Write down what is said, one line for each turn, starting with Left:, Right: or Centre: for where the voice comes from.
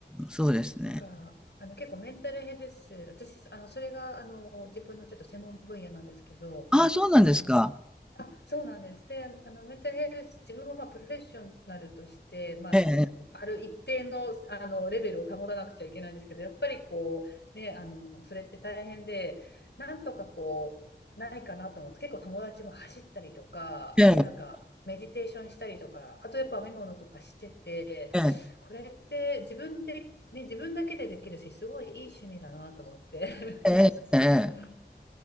Centre: そうですね。
Left: なんかあの結構メンタルヘルス、私、あのそれがあの自分のちょっと専門分野なんですけど、
Centre: ああ、そうなんですか。
Left: あのあ、そうなんです。で、あのメンタルヘルス、自分もまあプロフェッショナルとして、まあ、
Centre: ええ
Left: ある一定の、あのレベルを保たなくちゃいけないんですけど、やっぱりこう、ね、あのそれって大変で、なんとかこう、ないかなと思って、結構友達も走ったりとか、
Centre: ええ
Left: なんかメディテーションしたりとか、あとやっぱ編み物とかしてて、
Centre: ええ
Left: これって自分で、ね、自分だけでできるし、すごいいい趣味だなと思って。
Centre: ええええ
Left: <laughs>